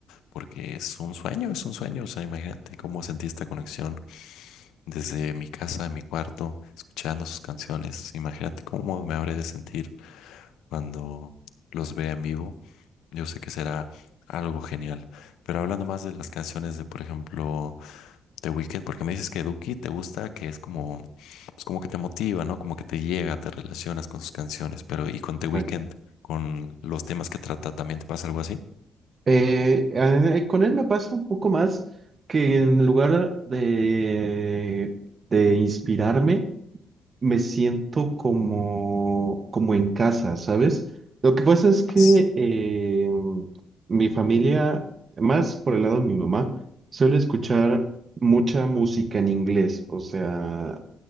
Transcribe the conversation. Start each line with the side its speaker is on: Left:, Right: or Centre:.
Left: porque es un sueño, es un sueño. O sea, imagínate cómo sentí esta conexión desde mi casa, en mi cuarto, escuchando sus canciones. Imagínate cómo me habré de sentir cuando los vea en vivo. Yo sé que será algo genial. Pero hablando más de las canciones de, por ejemplo, The Weeknd, porque me dices que Duki te gusta, que es como, pues como que te motiva, ¿no? Como que te llega, te relacionas con sus canciones. Pero y con The Weeknd,
Right: Exacto.
Left: con los temas que trata, ¿también te pasa algo así?
Right: Eh, eh, con él me pasa un poco más que en lugar de, de inspirarme, me siento como, como en casa, ¿sabes? Lo que pasa es que
Left: Sí.
Right: eh, mi familia, más por el lado de mi mamá, suele escuchar mucha música en inglés. O sea,